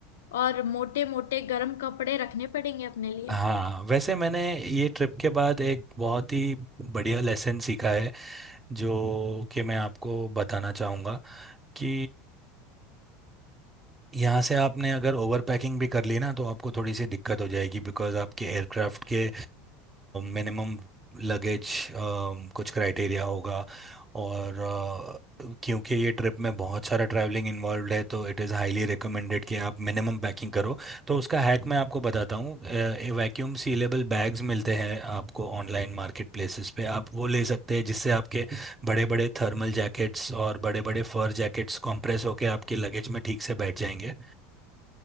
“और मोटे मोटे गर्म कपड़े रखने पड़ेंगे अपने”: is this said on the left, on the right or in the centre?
Left